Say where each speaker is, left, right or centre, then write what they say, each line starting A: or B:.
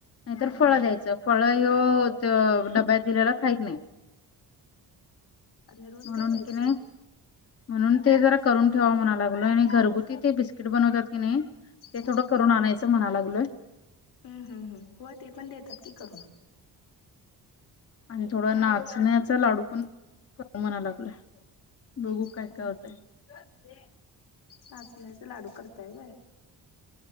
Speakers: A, on the left; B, on the left.
A: नाहीतर
B: हा
A: फळं
B: हा
A: द्यायचं फळं त्यो त्यो डब्यात दिलेला खाहीत नाही
B: आणि रोज
A: म्हणून
B: काय द्यायचं?
A: की नाही म्हणून ते जरा करून ठेवाव म्हणा लागलोय. आणि घरगुती ते बिस्किट बनवतात कि नाही? ते
B: हम्म
A: थोडं करून आणायचं म्हणा लागलोय.
B: हम्म हम् हम हो ते पण देतात की करून.
A: आणि थोडा नाचण्याचा लाडू पण <unintelligible> म्हणा लागलंय. बघू काय
B: हो
A: काय होतय.
B: हो नाचण्याचे लाडू करताय व्हय.